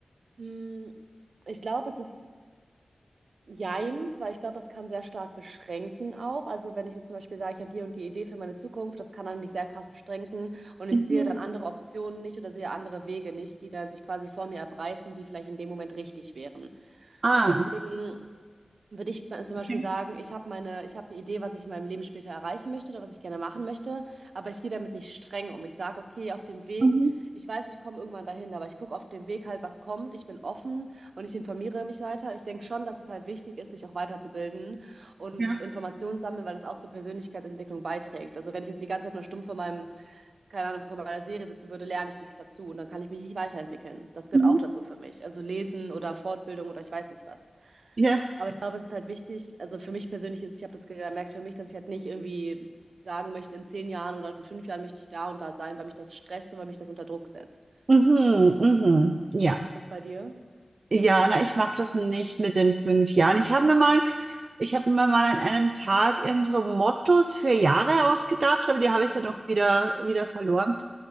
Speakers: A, on the right; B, on the right.
A: Mm, Ich glaube, es ist Jein, weil ich glaube, das kann sehr stark beschränken auch. Also wenn ich jetzt zum Beispiel sage, ich habe die und die Idee für meine Zukunft, das kann dann mich sehr krass beschränken und ich
B: Mhm.
A: sehe dann andere Optionen nicht oder sehe andere Wege nicht, die dann sich quasi vor mir erbreiten, die vielleicht in dem Moment richtig wären.
B: Ah,
A: Deswegen würde ich zum Beispiel
B: okay.
A: sagen, ich habe meine, ich habe eine Idee, was ich in meinem Leben später erreichen möchte oder was ich gerne machen möchte, aber ich gehe damit nicht streng um. Ich sage, okay, auf dem Weg,
B: Mhm.
A: ich weiß, ich komme irgendwann dahin, aber ich gucke auf dem Weg halt, was kommt. Ich bin offen und ich informiere mich weiter. Ich denke schon, dass es halt wichtig ist, sich auch weiterzubilden und
B: Ja.
A: Informationen sammeln, weil das auch zur Persönlichkeitsentwicklung beiträgt. Also wenn ich jetzt die ganze Zeit nur stumpf vor meinem, keine Ahnung, vor meiner Serie sitzen würde, lerne ich nichts dazu und dann kann ich mich nicht weiterentwickeln. Das gehört
B: Mhm.
A: auch dazu für mich. Also lesen oder Fortbildung oder ich weiß nicht was.
B: Ja.
A: Aber ich glaube, es ist halt wichtig, also für mich persönlich ist, ich habe das gemerkt für mich, dass ich halt nicht irgendwie sagen möchte, in zehn Jahren oder in fünf Jahren möchte ich da und da sein, weil mich das stresst und weil mich das unter Druck setzt.
B: Mhm. Mhm. Ja.
A: Wie ist das bei dir?
B: Ja, na, ich mache das nicht mit den fünf Jahren. Ich habe mir mal, ich habe mir mal an einem Tag irgendwie so Mottos für Jahre ausgedacht, aber die habe ich
A: Mhm.
B: dann auch wieder, wieder verloren.